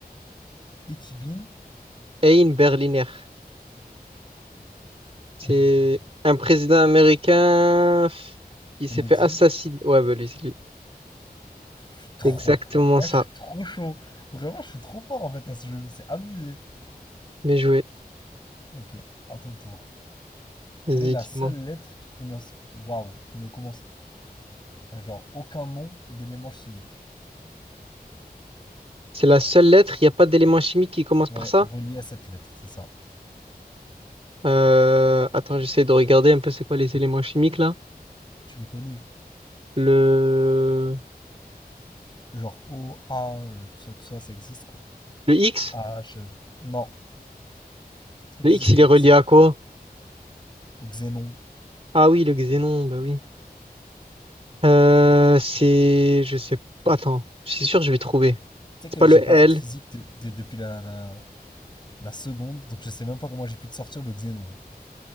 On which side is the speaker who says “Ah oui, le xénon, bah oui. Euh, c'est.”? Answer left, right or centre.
Right